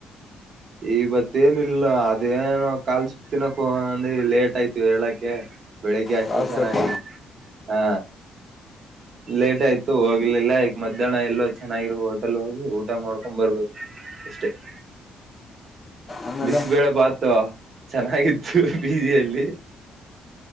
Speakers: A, on the right; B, on the left.
A: <inaudible> -ಇವತ್ತೇಏನಿಲ್ಲ. ಅದೇಏನೋ ಕಾಲ್ ಸೂಪ್ ತಿನಕ ಹೋಗಣಅಂದ ಲೇಟ್ ಆಯ್ತಿವಿ ಹೇಳಕೆ. ಬೆಳಿಗ್ಗೆ ಅಷ್ಟೇ
B: ಕಾಲು
A: ಚೆನ್ನಾಗಿರು
B: ಸ್ವಲ್ಪ
A: ಹಾ, ಲೇಟ್ ಆಯ್ತು ಹೋಗಿ., - ಇಲ್ಲ ಈಗ ಮಧ್ಯಾಹ್ನ ಎಲ್ಲೋ ಚೆನ್ನಾಗಿರ ಹೋಟೆಲ್ ಹೋಗಿ ಊಟ ಮಾಡ್ಕೊಂಡ್ ಬರ್ಬೇಕು ಅಷ್ಟೇ. -
B: ಆಮೇಲೆ
A: ಬಿಸ್ಬೇಳೆ ಬಾತು. ಚೆನ್ನಾಗಿತ್ತು ಪಿಜಿಯಲ್ಲಿ